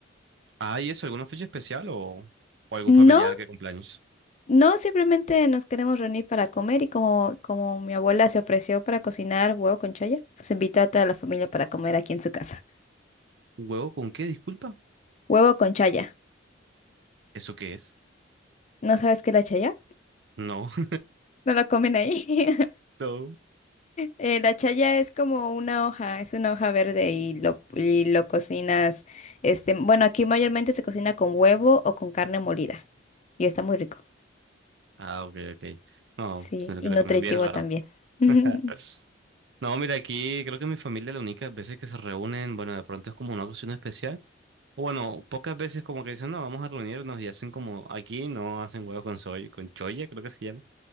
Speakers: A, on the right; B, on the left.
A: Ah, ¿y eso? ¿Alguna fecha especial o, o algún familiar
B: No,
A: que cumpleaños?
B: no, simplemente nos queremos reunir para comer y como, como mi abuela se ofreció para cocinar huevo con chaya, pues invitó a toda la familia para comer aquí en su casa.
A: ¿Huevo con qué? Disculpa.
B: Huevo con chaya.
A: ¿Eso qué es?
B: ¿No sabes qué es la chaya?
A: No. <laughs>
B: No la comen ahí. <laughs>
A: No.
B: Eh, la chaya es como una hoja, es una hoja verde y lo, y lo cocinas, este, bueno, aquí mayormente se cocina con huevo o con carne molida y está muy rico.
A: Ah, ok, ok. No,
B: Sí,
A: pues, sino
B: y
A: que le
B: nutritivo
A: comí bien raro.
B: también. <laughs>
A: <laughs> No, mira, aquí creo que mi familia la única veces que se reúnen, bueno, de pronto es como una ocasión especial. O bueno, pocas veces como que dicen, no, vamos a reunirnos y hacen como aquí, no hacen huevo con soy, con choya, creo que se llama.